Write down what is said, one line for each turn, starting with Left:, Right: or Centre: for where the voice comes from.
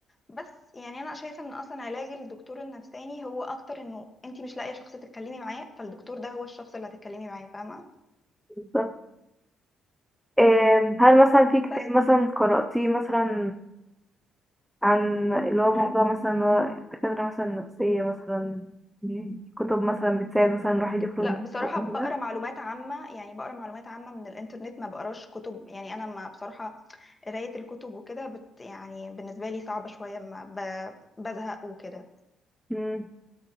Left: بس يعني انا شايفه ان اصلا علاج الدكتور النفساني هو اكتر انه انت مش لاقيه شخص تتكلمي معاه فالدكتور ده هو الشخص اللي هتتكلمي معاه فاهمه
Centre: بالظبط آم، هل مثلا في كتاب
Left: بس
Centre: مثلا قرأتيه مثلا عن اللي هو موضوع مثلا اللي هو الدكاترة مثلا النفسية مثلا دي كتب مثلا بتساعد مثلا الواحد يخرج
Left: لا
Centre: من الاكتئاب
Left: بصراحة
Centre: أو
Left: بقرا
Centre: كده
Left: معلومات عامة يعني بقرا معلومات عامة من الإنترنت ما بقراش كتب يعني أنا ما بصراحة قراية الكتب وكده بت يعني بالنسبة لي صعبة شوية ما ب... بزهق وكده
Centre: مم.